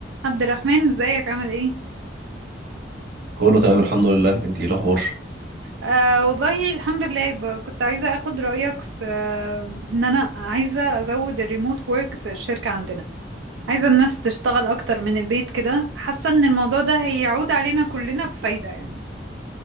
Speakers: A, on the right; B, on the right.
A: عبد الرحمن ازيك عامل ايه
B: كله تمام الحمد لله انت ايه الاخبار
A: آه والله الحمد لله ب- كنت عايزة اخد رأيك في آه، ان انا عايزة ازود الريموت وورك في الشركة عندنا عايزة الناس تشتغل اكتر من البيت كده حاسة ان الموضوع ده هيعود علينا كلنا بفايدة يعني